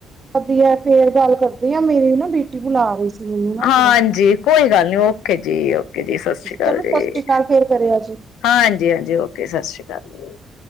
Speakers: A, on the right; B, on the left.
A: ਵਧੀਐ ਫੇਰ। ਗੱਲ ਕਰਦੇ ਆ, ਮੇਰੀ ਨਾ ਬੇਟੀ ਬੁਲਾ ਰੀ ਸੀ। ਮੈਨੂੰ ਨਾ
B: ਹਾਂਜੀ
A: ਥੋੜਾ
B: ਕੋਈ ਗੱਲ ਨੀ। ਓਕੇ ਜੀ, ਓਕੇ ਜੀ, ਸਤਿ ਸ੍ਰੀ ਅਕਾਲ
A: ਚਲੋ ਸਤਿ
B: ਜੀ।
A: ਸ੍ਰੀ ਅਕਾਲ ਫੇਰ ਕਰਿਆ ਜੀ
B: ਹਾਂਜੀ, ਹਾਂਜੀ ਓਕੇ ਸਤਿ ਸ਼੍ਰੀ ਅਕਾਲ ਜੀ। <inaudible>